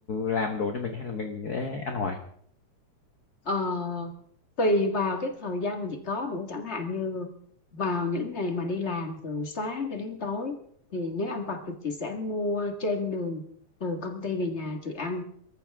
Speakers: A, on the left (about 50°); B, on the left (about 30°).
A: làm đồ cho mình hay là mình sẽ ăn ngoài?
B: Ờ, tùy vào cái thời gian mà chị có nữa chẳng hạn như vào những ngày mà đi làm từ sáng cho đến tối thì nếu ăn vặt thì chị sẽ mua trên đường từ công ty về nhà chị ăn